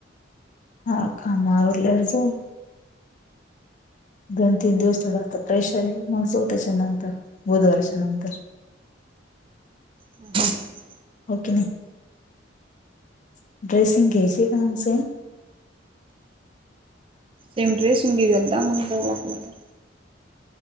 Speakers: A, on the left (about 40°); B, on the right (about 30°).
A: हा कामा आल्यावर जाऊ. दोन-तीन दिवस थोडं आता प्रेशर ये मग जाऊ तेच्यानंतर बुधवारच्या नंतर.
B: <inaudible>
A: हो का नाई <inaudible> ड्रेसिंग घ्यायची कुणाच.
B: सेम ड्रेसून घेऊ एकदा मग जाऊ ला आपलं तर.